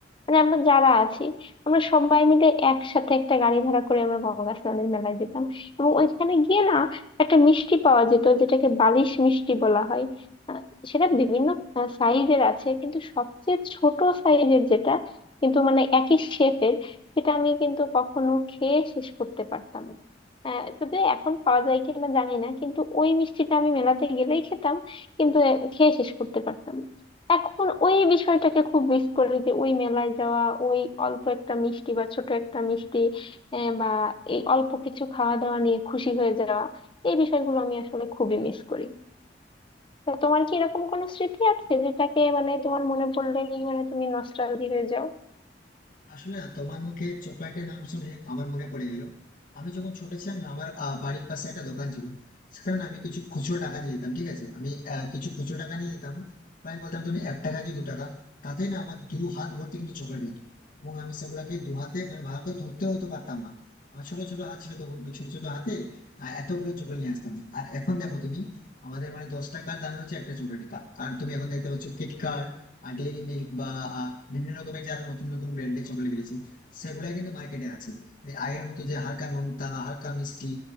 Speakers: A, on the left; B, on the left.
A: মানে আমরা যারা আছি আমরা সবাই মিলে একসাথে একটা গাড়ি ভাড়া করে আমরা গঙ্গা স্নানের মেলায় যেতাম এবং ওইখানে গিয়ে না একটা মিষ্টি পাওয়া যেত যেটাকে বালিশ মিষ্টি বলা হয় আহ, সেটা বিভিন্ন সাইজের আছে কিন্তু সবচেয়ে ছোট সাইজের যেটা কিন্তু মানে একই শেপের সেটা আমি কিন্তু কখনো খেয়ে শেষ করতে পারতাম না আহ, যদিও এখন পাওয়া যায় কিনা জানি না কিন্তু ওই মিষ্টিটা আমি মেলাতে গেলেই খেতাম কিন্তু এ, খেয়ে শেষ করতে পারতাম না এখন ওই বিষয়টাকে খুব মিস করি যে ওই মেলায় যাওয়া ওই অল্প একটা মিষ্টি বা ছোট একটা মিষ্টি আহ, বা এই অল্প কিছু খাওয়া দাওয়া নিয়ে খুশি হয়ে যাওয়া এই বিষয়গুলো আমি আসলে খুবই মিস করি তা তোমার কি এরকম কোনো স্মৃতি আছে যেটাকে মানে তোমার মনে পড়লেই মানে তুমি নস্টালজি হয়ে যাও
B: আসলে না তোমার মুখে চকলেটের নাম শুনে আমার মনে পড়ে গেল আমি যখন ছোট ছিলাম না আমার আহ, বাড়ির পাশে একটা দোকান ছিল সেখানে না আমি কিছু খুচরো টাকা নিয়ে যেতাম ঠিক আছে আমি আহ, কিছু খুচরো টাকা নিয়ে যেতাম প্রায় বলতাম তুমি এক টাকা কি দু টাকা তাতে না আমার দু হাত ভর্তি কিন্তু চকলেট হতো এবং আমি সেগুলাকে দু হাতে মানে ভালো করে ধরতে হতো পারতাম না আমার ছোট ছোট হাত ছিল তখন ওই ছোট ছোট হাতে আহ, এতগুলো চকলেট নিয়ে আসতাম আর এখন দেখো তুমি আমাদের মানে দশ টাকার দামে হচ্ছে একটা চকলেটের দাম কারণ তুমি এখন দেখতে পাচ্ছ কিটক্যাট ডেইরি মিল্ক বা আহ, বিভিন্ন রকমের যে আরো নতুন নতুন ব্র্যান্ডের চকলেট বেরিয়েছে সেগুলাই কিন্তু মার্কেটে আছে এই আগের মতো যে হালকা নোনতা হালকা মিষ্টি